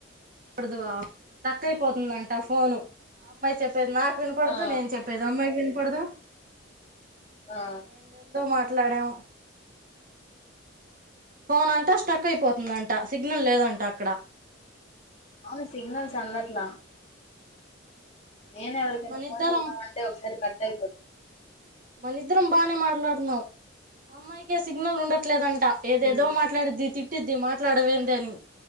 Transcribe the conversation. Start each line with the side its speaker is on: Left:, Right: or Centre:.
Right: వినపడదు స్టక్ అయిపోతుందంట ఫోను అమ్మాయి చెప్పేది నాకు వినబడదు
Left: ఆ
Right: నేను చెప్పేది ఇదమ్మాయికి వినపడదు
Left: ఆ
Right: ఏదేందో మాట్లాడాం ఫోన్ అంటా స్టక్ అయిపోతుందంట సిగ్నల్ లేదంట అక్కడ
Left: అవును సిగ్నల్స్ అందట్ల నేనే ఎవరికైనా
Right: మనిద్దరం
Left: ఫోన్ చేద్దామంటే ఒకసారి కట్ అయిపోతుంది
Right: మన ఇద్దరం బానే మాట్లాడత్నం అమ్మాయికే సిగ్నల్ ఉండట్లేదంట ఏదేదో
Left: ఉమ్
Right: మాట్లాడిద్ది తిట్టిద్ది మాట్లాడవేంది అని